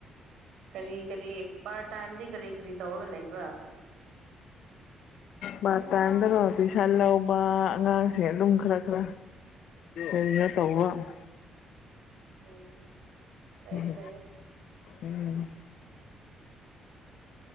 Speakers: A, on the right; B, on the left.
A: ꯀꯔꯤ ꯀꯔꯤ ꯄꯥꯔ ꯇꯥꯏꯝꯗꯤ ꯀꯔꯤ ꯀꯔꯤ ꯇꯧꯔꯒ ꯂꯩꯕ꯭ꯔꯥ <inaudible>
B: ꯄꯔꯥ ꯇꯥꯝꯗꯅꯥ ꯄꯩꯁꯥ ꯂꯩꯕ ꯑꯉꯥꯡꯁꯤꯡ ꯑꯗꯨꯝ ꯈꯔ ꯈꯔ ꯑꯦꯌꯥ ꯇꯧ <unintelligible>
A: ꯎꯝ ꯐꯩ
B: ꯎꯝ
A: ꯐꯩꯌ‌ꯦ
B: ꯎꯝ <unintelligible>